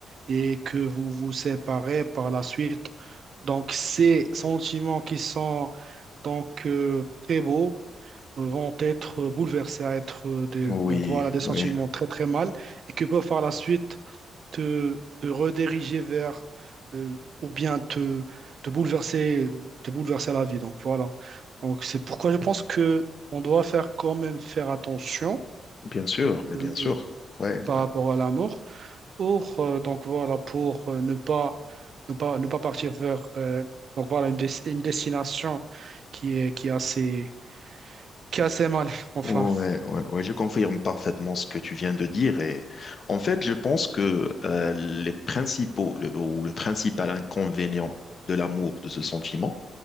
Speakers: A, on the right; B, on the left.
A: et que vous vous séparez par la suite. Donc, ces sentiments qui sont donc euh, très beaux euh, vont être bouleversés à être euh, des,
B: Oui,
A: donc voilà, des sentiments
B: oui,
A: très très mal et que peuvent par la suite te, te rediriger vers euh, ou bien te, te bouleverser, te bouleverser la vie. Donc, voilà. Donc, c'est pourquoi je pense que on doit faire quand même faire attention
B: bien sûr, mais
A: euh,
B: bien sûr. Ouais,
A: par
B: ouais,
A: rapport à la mort. Or, euh, donc voilà, pour euh, ne pas, ne pas, ne pas partir vers euh, donc voilà, une, des- une destination qui est, qui est assez, qui est assez mal, enfin.
B: ouais, ouais, ouais, je confirme parfaitement ce que tu viens de dire. Et en fait, je pense que euh, les principaux le- ou le principal inconvénient de l'amour, de ce sentiment,